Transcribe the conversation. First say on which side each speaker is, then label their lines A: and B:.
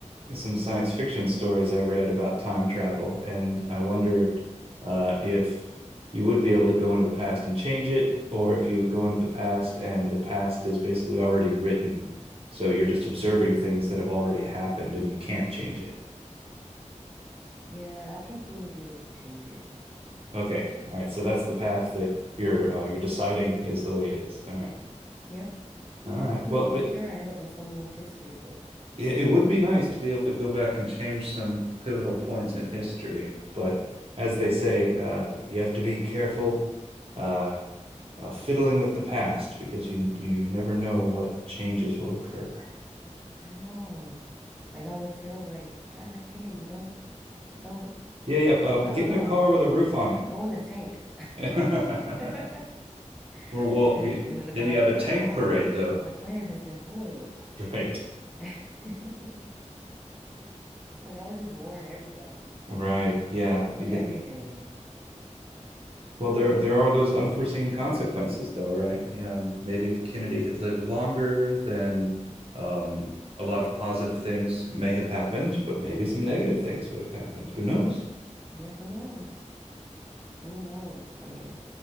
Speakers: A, on the right; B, in the centre.
A: some science fiction stories I read about time travel, and I wondered uh, if you would be able to go into the past and change it, or if you would go into the past and the past is basically already written. So you're just observing things that have already happened and you can't change it.
B: Yeah, I think we will be able to change it.
A: Okay. All right. So that's the path that you're uh, you're deciding is the way it is. All right.
B: Yep.
A: All right.
B: I'm
A: Well,
B: making sure I end up in someone's history book.
A: Yeah, it would be nice to be able to go back and change some pivotal points in history, but as they say, uh, you have to be careful uh, uh, fiddling with the past because you you never know what changes will occur.
B: I know. Like I would tell like John F. Kennedy, don't don't
A: Yeah, yeah. Um,
B: I
A: get
B: don't
A: in
B: know,
A: a car with a roof on
B: go in a tank.
A: it.
B: <laughs>
A: <laughs> Or well,
B: And then
A: we,
B: the, and then the
A: then
B: guy
A: you
B: would
A: have
B: be
A: a
B: like,
A: tank
B: "Oh,
A: parade, though.
B: my plan has been foiled."
A: Right.
B: <laughs> Like I would just warn everybody
A: Right. Yeah,
B: of
A: you
B: everything.
A: get Well, there there are those unforeseen consequences, though, right? Yeah, um, maybe if Kennedy had lived longer, then um, a lot of positive things may have happened, but maybe some negative things would have happened. Who knows?
B: Yeah, who knows? Who knows? I mean,